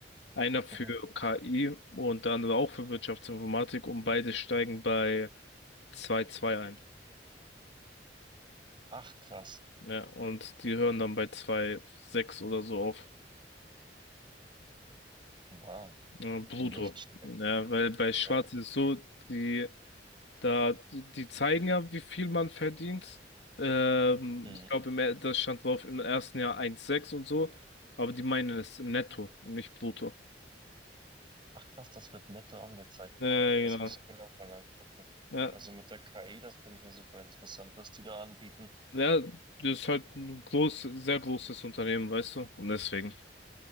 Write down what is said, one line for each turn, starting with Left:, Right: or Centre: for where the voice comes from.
Left: Einer für
Right: mhm.
Left: KI und der andere auch für Wirtschaftsinformatik und beide steigen bei zwei Komma zwei ein.
Right: Ach krass,
Left: Ja, und die hören dann bei zwei Komma sechs oder so auf.
Right: wow,
Left: Ja, Brutto.
Right: nicht schlecht.
Left: Ja, weil bei Schwarz
Right: Ja.
Left: ist es so, die Da, die zeigen ja, wie viel man verdient. Ähm,
Right: Mhm.
Left: ich glaube, im Er- das stand drauf im ersten Jahr eins Komma sechs und so. Aber die meinen es im Netto und nicht brutto.
Right: Ach krass, das wird netto angezeigt.
Left: Äh,
Right: Das
Left: genau.
Right: muss ich mir auch mal angucken.
Left: Ja,
Right: Also mit der KI, das finde ich ja super interessant, was die da anbieten.
Left: ja, das ist halt ein groß, sehr großes Unternehmen, weißt du? Und deswegen,